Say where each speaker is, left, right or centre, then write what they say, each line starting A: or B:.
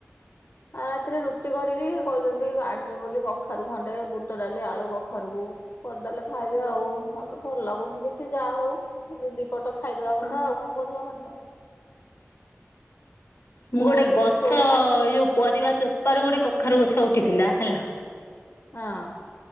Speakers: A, on the left; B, on the left.
A: ଆ ରାତିରେ ରୁଟି କରିବି କହିଛନ୍ତି ଆଣିବେ ବୋଲି କଖାରୁ ଖଣ୍ଡେ ବୁଟ ଡାଲି ଆଳୁ କଖାରୁକୁ। କରିଦେଲେ ଖାଇବେ ଆଉ। ହଁ ତ ଭଲ ଲାଗୁନି କିଛି ଯାହା ହଉ ଦିପଟ ଖାଇଦବା କଥା ଆଉ କଣ କର ମଣିଷ
B: ମୁଁ
A: କୌଣସି
B: ଗୋଟେ ଗଛ
A: ଜିନିଷ ଗୋଟେ ପାଟି
B: ଯୋଉ ପରିବା ଚୋପାରୁ ଗୋଟେ କଖାରୁ ଗଛ ଉଠିଥିଲା ହେଲା
A: ହଁ